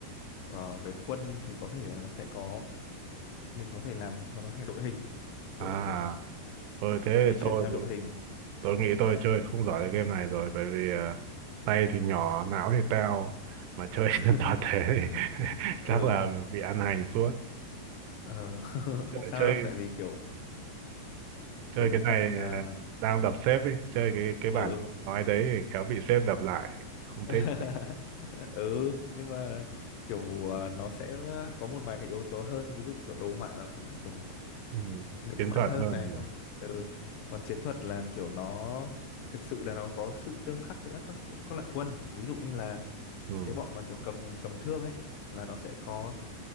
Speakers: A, on the left (about 80°); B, on the right (about 80°).
A: Ờ, về quân thì có thể là nó sẽ có mình có thể làm cho nó thành đội hình kiểu
B: à,
A: như thế
B: ơi thế
A: di chuyển
B: tôi
A: theo đội hình
B: Tôi nghĩ
A: đấy
B: tôi chơi không giỏi cái game này rồi bởi vì ờ, tay thì nhỏ, não thì teo mà chơi
A: <laughs>
B: <laughs> trên toàn thế thì <laughs>
A: ừ,
B: chắc là bị ăn hành suốt.
A: ờ, <laughs> không
B: Chơi
A: sao
B: chơi
A: đâu tại vì kiểu
B: chơi
A: kiểu
B: cái
A: cái
B: này
A: phần à,
B: ờ, đang đập sếp ấy,
A: ừ
B: chơi cái cái
A: ừ
B: bản
A: ừ
B: ông nói đấy thì khéo bị sếp đập lại, không thích.
A: <laughs> Ừ, nhưng mà kiểu à, nó sẽ có một vài cái yếu tố hơn ví dụ kiểu đồ họa nó cũng kiểu
B: Ừ.
A: nịnh
B: Chiến
A: mắt
B: thuật
A: hơn
B: hơn
A: này
B: nhỉ.
A: xong ừ còn chiến thuật là kiểu nó thực sự là nó có sự tương khắc giữa các các loại quân ví dụ như là
B: Ừ.
A: cái bọn mà kiểu cầm cầm thương ấy là nó sẽ có